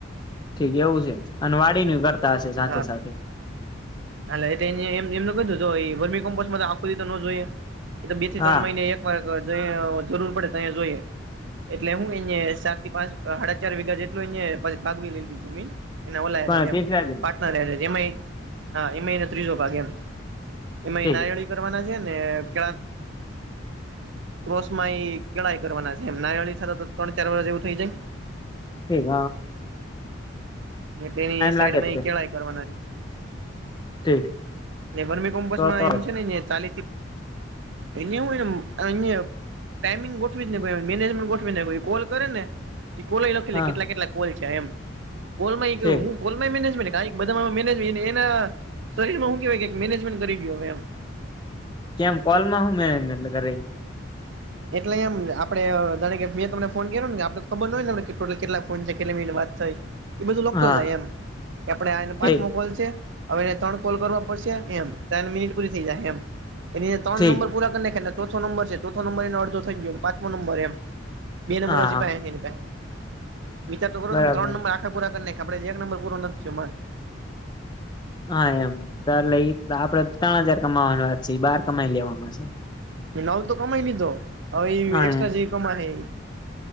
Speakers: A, on the left; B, on the right.
A: ઠીક એવું છે અને વાળી કરતા હશે સાથે
B: હા
A: સાથે
B: હાલે એ એમ એમ કધું એ વર્મી કમ્પોસ્ટમાં આખું તો ન જોઈએ એ તો બે થી
A: હા
B: ત્રણ મહિને એક વાર જ જરૂર પડે ત જોઈએ એટલે હું એ સાત થી પાંચ સાડા ચાર વિીઘા જેટલું એછ ભાગવી લીધી જમીન એના ઓરેલીમ
A: પણ તીસરા દિન
B: હા એમાં એ ત્રીજો ભાગ એમ એમાં
A: ઠીક
B: નાય- કરવાના છે ને કે ક્રોસ માં એ કેળાઈ કરવાના છે એમ નારયળ થ ત્રણ ચાર વાર જેવું થઈ જાય
A: છે ગ
B: તેની સાઈડમાં
A: લાગે જ છે
B: કેળય
A: ઠીક
B: બર્મી કોમ્પસમાં
A: તો તો
B: એમ છે ને ચાલીથી એને અન ટાઈમિંગ ગોઠવી જ ને કો મેનેજમેન્ટ ગોઠવીને કો કોલે ને કોલ લખી
A: હા
B: લ કેટલા કેટલા કોલ છે એમ કોલ માં એ
A: ઠીક
B: હું ઓમેધા એના શરીરમાંું કેવાય મેનેજમેન્ટ કરી ગ હવે એમ
A: કેમ કોલમાં શું મેનેજમેન્ટ કર
B: એટલે એમ આપડે જાણે કે મેંમને ફોન કર્યોને આપડે ખબર હોય ને ટોટલ કેટલા ફોન છે કેટલી મિનટ વાત થ એ બધું લખતો
A: હા
B: જાય એમ કે આપડે આનો
A: ઠીક
B: પાંચમો કોલ છે હવેને ત્રણ કોલ કરવા પડશે એમ ત્ર મિનિટ પૂરી થઈ જાયમ એની ત્રણ
A: ઠીક
B: નંબર પૂરા કરીો નંબર છે ચો નંર એ અડો થઈ ગયો પાંચો નંબર એમ બે નંબર
A: હા
B: હ
A: હા
B: પાસે છે એની પાસે વિચાર તો કરો
A: બરાબર
B: તમે ત્રણ નંબર પૂરા કરીખ આપણેે એક નંબર પૂરો નથીને
A: હા એમ તલે એ આપડે ત્રણ હજાર કમાવાની વાત છે બાર કમાઈ લેવાવામાં છે
B: નવ તો કમાઈ લીધો હવે
A: હા
B: એ એકક્સ્ટ્રા
A: એમ
B: જેવી કમા હ એ